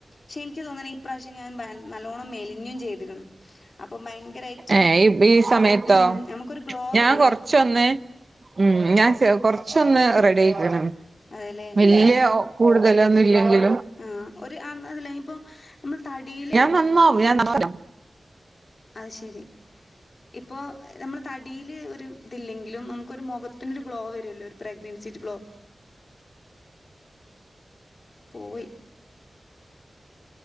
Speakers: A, on the left; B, on the right.
A: ശെ എനിക്കു തോന്നണ് ഇപ്രാവശ്യം ഞാൻ ബാ നല്ലോണം മെലിഞ്ഞും ചെയ്തേക്കണ്. അപ്പം ഭയങ്കരായിട്ട്
B: ഏഹ് ഈ സമയത്തോ
A: ഉം നമുക്കൊരു ഗ്ലോ
B: ഞാൻ
A: വരൂലേ
B: കൊറച്ചൊന്ന് ഉം ഞാൻ ചെ കൊറച്ചൊന്ന് റെഡിയായിക്കണ്
A: അതെല്ലേ
B: വല്യ കൂടുതലൊന്നും ഇല്ലെങ്കിൽ
A: ആ ഒരു അം അതല്ല ഇപ്പൊ നമ്മൾ തടീല്
B: ഞാൻ
A: അം
B: നന്നാവും ഞാൻ നന്നാവും.
A: അത് ശരി. ഇപ്പോ നമ്മൾ തടീല് ഒരു ഇതില്ലെങ്കിലും നമുക്കൊരു മുഖത്തിനൊരു ഗ്ലോ വരൂല്ലോ ഒരു പ്രഗ്നൻ സിറ്റ് ഗ്ലോ
B: <inaudible>
A: പോയി